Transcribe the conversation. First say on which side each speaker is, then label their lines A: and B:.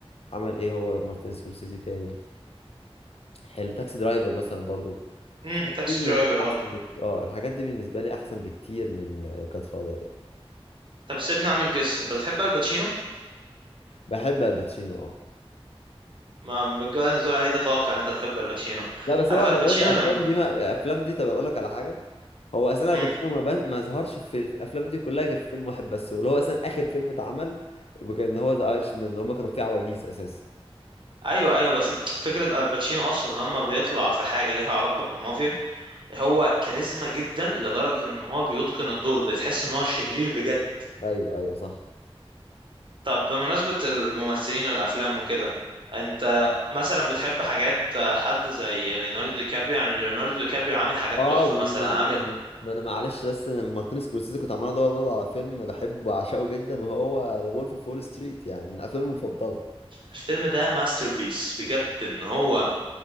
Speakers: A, on the left; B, on the right.
A: عمل ايه هو مارتن سكورسيزي تاني حلو تاكسي درايفر مثلا برضو
B: امم
A: الحاجات
B: تاكسي
A: دي بالنسبه
B: درايفر
A: لي
B: اه
A: احسن بكتير اه الحاجات دي بالنسبه لي احسن بكتير من جاد فاذر يعني.
B: طب سيبني اعمل جس انت بتحب الباتشينو
A: بحب الباتشينو اه
B: ما بالجو اللي انت تقول عليه ده توقع ان انت بتحب الباتشينو
A: لا بس
B: عارف
A: هو
B: الباتشينو
A: خلي بالك الافلام
B: لما
A: دي ما الافلام دي طب اقول لك على حاجه هو اساسا
B: امم
A: الباتشينو ما, بان... ما ظهرش في الافلام دي كلها غير في فيلم واحد بس واللي هو اساسا اخر فيلم اتعمل وكان هو ذا ايرش مان اللي هم كانوا فيه عواجيز اساسا
B: ايوه ايوه بس فكرة الباتشينو اصلا لما بيطلع في حاجة ليها علاقة بالمافيا هو كاريزما جدا لدرجة ان هو بيتقن الدور بتحس ان هو شرير بجد
A: ايوه ايوه صح
B: طب بمناسبة الممثلين والافلام وكده انت مثلا بتحب حاجات حد زي ليوناردو دي كابريو يعني ليوناردو دي كابريو عامل حاجات
A: اه
B: تحفة
A: ما,
B: مثلا عامل
A: ما... ما انا معلش بس أنا مارتن سكورسيزي كنت عمال ادور برضه على فيلم بحبه وعشقه جدا وهو ذا وولف اوف وول ستريت يعني من افلامي المفضله
B: الفيلم ده ماستر بيس بجد ان هو